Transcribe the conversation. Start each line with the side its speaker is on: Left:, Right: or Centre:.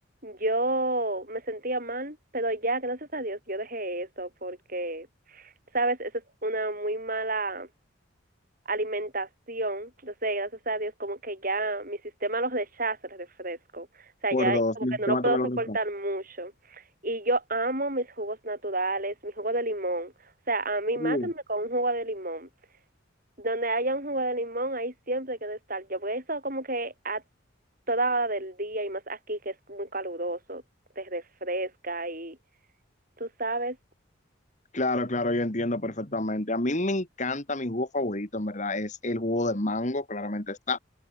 Right: Yo me sentía mal, pero ya, gracias a Dios, yo dejé eso porque, sabes, eso es una muy mala alimentación. Entonces, gracias a Dios, como que ya mi sistema los rechaza el refresco. O sea,
Left: Por
Right: ya
Left: dos,
Right: como
Left: mi
Right: que
Left: sistema
Right: no lo
Left: te
Right: puedo
Left: me lo
Right: soportar
Left: rechaza.
Right: mucho. Y yo amo mis jugos naturales, mi jugo de limón. O sea, a mí
Left: Uh,
Right: mátenme con un jugo de limón. Donde haya un jugo de limón, ahí siempre quiero estar. Yo por eso como que a toda hora del día y más aquí que es muy caluroso, te refresca y tú sabes,
Left: claro, claro, yo entiendo perfectamente. A mí me encanta mi jugo favorito, en verdad, es el jugo de mango, claramente está.